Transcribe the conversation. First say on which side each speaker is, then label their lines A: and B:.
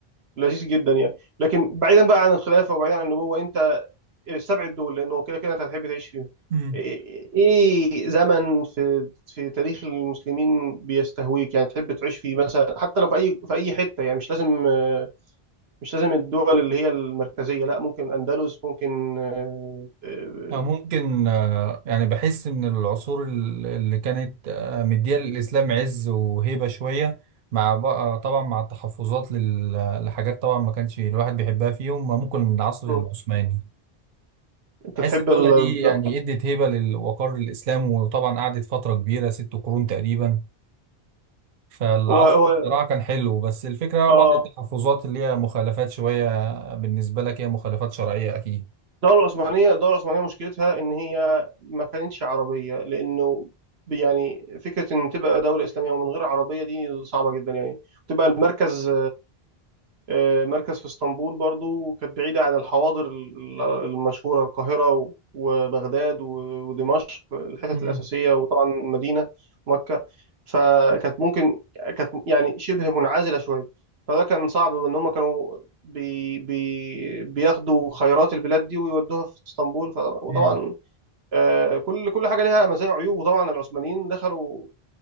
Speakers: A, on the right (about 85°); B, on the right (about 65°).
A: لذيذ جدا يعني لكن بعيدا بقى عن الخلافه وبعيدا عن النبوه انت السبع دول لانه كده كده انت هتحب تعيش فيهم
B: امم
A: ايه إيه زمن في في تاريخ المسلمين بيستهويك يعني تحب تعيش فيه مثلا حتى لو في اي في اي حته يعني مش لازم آه، مش لازم الدول اللي هي المركزيه لا ممكن اندلس ممكن آه، آه،
B: أو ممكن آه، يعني بحس ان العصور ال- اللي كانت آه، مديه للاسلام عز وهيبه شويه مع بقى طبعا مع التحفظات لل- لحاجات طبعا ما كانش الواحد بيحبها فيهم ممكن العصر العثماني
A: آه، انت
B: بحس
A: تحب
B: الدولة
A: ال-
B: دي
A: الد-
B: يعني ادت هيبة للوقار الإسلام وطبعا قعدت فترة كبيرة ست قرون تقريبا فالعصر
A: هو هو
B: بصراحة كان حلو بس الفكرة
A: اه
B: بعض التحفظات اللي هي مخالفات شوية بالنسبة لك هي مخالفات شرعية أكيد
A: الدولة العثمانية الدولة العثمانية مشكلتها إن هي ما كانتش عربية لأنه يعني فكرة إن تبقى دولة إسلامية ومن غير عربية دي صعبة جدا يعني تبقى المركز آه، مركز في اسطنبول برضو كانت بعيدة عن الحواضر ال- المشهورة القاهرة و- وبغداد و- ودمشق الحتت
B: مم.
A: الأساسية وطبعا المدينة مكة فكانت ممكن كانت يعني شبه منعزلة شوية فده كان صعب إن هم كانوا بي بي بياخدوا خيرات البلاد دي ويودوها في اسطنبول ف- وطبعا
B: مم.
A: آه، كل كل حاجة ليها مزايا وعيوب وطبعا العثمانيين دخلوا